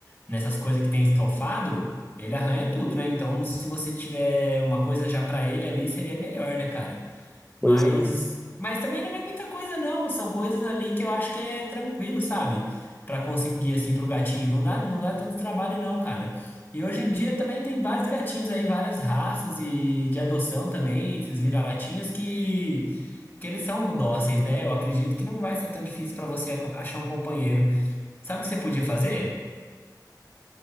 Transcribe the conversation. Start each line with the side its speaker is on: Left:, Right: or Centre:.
Left: nessas coisas que tem estofado, ele arranha tudo, né? Então, se você tiver uma coisa já pra ele ali, seria melhor, né, cara? Mas,
Centre: Pois é, mano.
Left: mas também não é muita coisa, não. São coisas ali que eu acho que é tranquilo, sabe? Pra conseguir, assim, pro gatinho. Não dá, não dá tanto trabalho, não, cara. E hoje em dia também tem vários gatinhos aí, várias raças e de adoção também, esses vira-latinhas que, que eles são dóceis, né? Eu acredito que não vai ser tão difícil pra você achar um companheiro. Sabe o que você podia fazer?